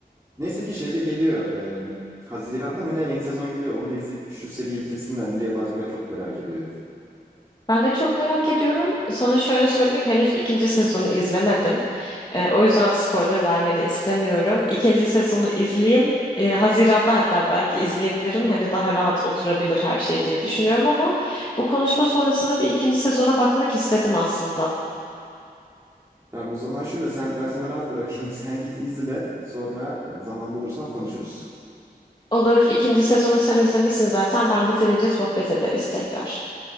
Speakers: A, on the right; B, on the left.
A: neyse ki şeyde geliyor. e, Haziran'da mı ne yeni sezon geliyor. Onu da izleyip şu seriyi bitirsinler. Nereye bağlayacaklar çok merak ediyorum.
B: Ben de çok merak ediyorum. Sana şöyle söyleyeyim, henüz ikinci sezonu izlemedim. Ee, o yüzden spoiler vermeni istemiyorum. İkinci sezonu izleyeyim. Ee, Haziran'da hatta belki izleyebilirim. Hani daha rahat oturabilir her şey diye düşünüyorum ama bu konuşma sonrasında bir ikinci sezona bakmak istedim aslında.
A: Tamam o zaman şöyle sen ben seni rahat bırakayım. <laughs> Sen git izle. Sonra e, zaman bulursan konuşuruz.
B: Olur, ikinci sezonu sen izlemişsin zaten. Ben bitirince sohbet ederiz tekrar.